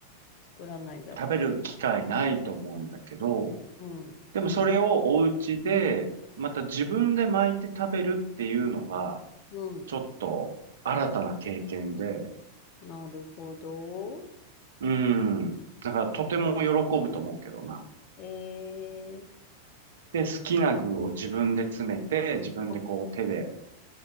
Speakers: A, on the left (about 40°); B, on the right (about 60°).
A: 作らないだろ
B: 食べる機会ないと思うんだけど、
A: う。うん。
B: でもそれをお家で、また自分で巻いて食べるっていうのが、
A: うん。
B: ちょっと新たな経験で、
A: なるほど。
B: うん。だからとても喜ぶと思うけどな。
A: えー、
B: で、好きな具を自分で詰めて、自分でこう手で
A: あ